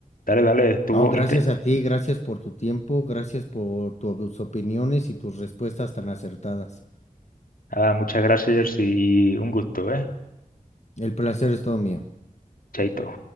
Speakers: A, on the left; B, on the left.
A: Dale, dale, estuvo
B: No, gracias
A: inte-
B: a ti, gracias por tu tiempo, gracias por tus opiniones y tus respuestas tan acertadas.
A: Nada, muchas gracias Jersey, y un gusto, ¿eh?
B: El placer es todo mío.
A: Chaito.